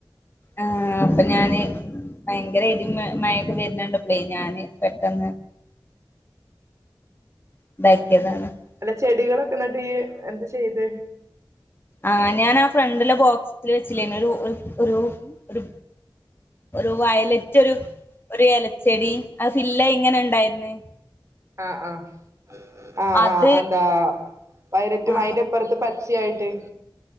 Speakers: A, on the left; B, on the right.
A: ആഹ് അപ്പൊ ഞാന് ഭയങ്കര ഇടിമ മഴൊക്കെ വരുന്നകണ്ട് പ്പളേ ഞാന് പെട്ടെന്ന് <unintelligible>
B: അല്ല ചെടികളൊക്കെ നട്ടുകഴിഞ്ഞു എന്താചെയ്തേ
A: ആങ്ങനെയാണ് ആ ഫ്രണ്ടില ബോക്സിൽ വെച്ചില്ലേ ഒരു ഒരു ഒരു ഒരു വയലറ്റ് ഒരു ഒരു ഇലച്ചെടി ആ ഇല്ല ഇങ്ങനെ ഉണ്ടായിന്ന്
B: ആഹ് അഹ് ആഹ
A: അത്
B: ആഹ് എന്താ വയലറ്റും
A: ആഹ്
B: അയിന്റെപ്പറത്ത് പച്ചായിട്ട്